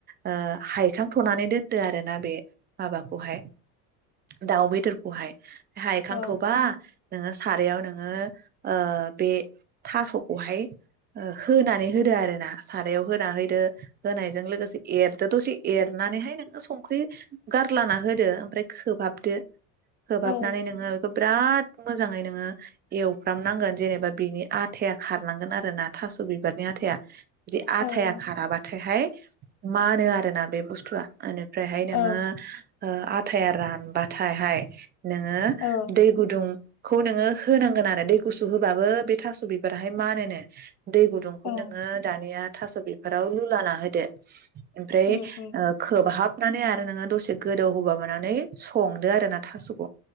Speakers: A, on the right; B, on the left.
A: ओ हायखांथनानै दोनदो आरोना बे माबाखौहाय। दाउ बेदफोरखौहाय। हायखांथबा
B: औ
A: नोङो सारायाव नोङो ओ बे थासखौहाय ओ होनानै होदो आरो ना सारायाव होना होदो होनायजों लोगोसे एर दसे एरनानैहाय नोङो संख्रि गारलाना होदो। ओमफ्राय खोबहाबदो। खोबहाबनानै
B: औ
A: नोङो बेखौ बिराद मोजाङै नोङो एवफ्रामनांगोन जेनेबा बिनि आथाया खारनांगोन आरो ना थास बिबारनि आथाया। बिदि आथाया
B: औ
A: खाराबाथायहाय मानो आरो ना बे बुस्थु फ्लाखोनिफ्रायहाय नोङो
B: औ
A: ओ आ थाया रानबाथाय हाय नोङो
B: औ
A: दै गुदुं खौ नोङो होनांगोन आरो दै गुसु होबाबो बे थास बिबाराहाय मानोनो दै गुदुंखौ
B: औ
A: नोङो दानिया थास बेफोराव लुलाना होदो ओमफ्राय
B: उम उम
A: ओ खोबाहाब नानै आरो नोङो दसे गोदौ होबावो ना नै संदो आरोना थासखौ